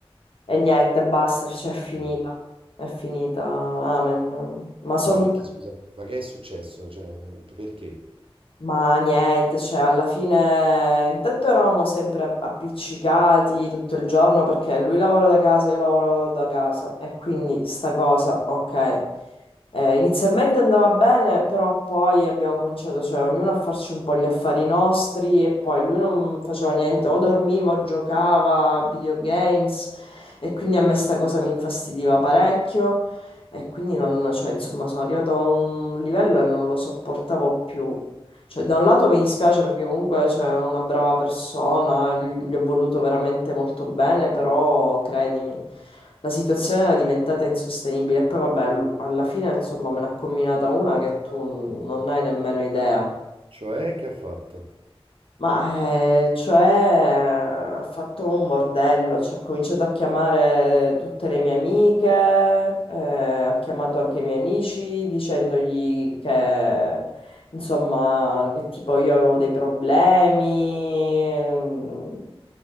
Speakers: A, on the left; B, on the right.
A: e niente, basta, cioè è finita,
B: Mm.
A: è finita, amen. Ma sono
B: Ma perché, scusa, ma che è successo? Cioè, p- perché?
A: Ma niente, cioè alla fine intanto eravamo sempre app- appiccicati tutto il giorno perché lui lavora da casa, io lavoro da casa e quindi sta cosa, ok. Eh, inizialmente andava bene, però poi abbiamo cominciato, cioè ognuno a farci un po' gli affari nostri e poi lui non faceva niente, o dormiva o giocava a videogames e quindi a me sta cosa mi infastidiva parecchio e quindi non, cioè insomma sono arrivato a un livello e non lo sopportavo più. Cioè, da un lato mi dispiace perché comunque c'è una brava persona, gli gli ho voluto veramente molto bene, però credimi, la situazione era diventata insostenibile. E poi vabbè, lu- alla fine insomma me ne ha combinata una che tu n- non hai nemmeno idea.
B: Cioè, che ha fatto?
A: Ma eh, cioè ha fatto un bordello, cioè, ha cominciato a chiamare tutte le mie amiche, eh, ha chiamato anche i miei amici dicendogli che insomma che tipo io avevo dei problemi, ehm,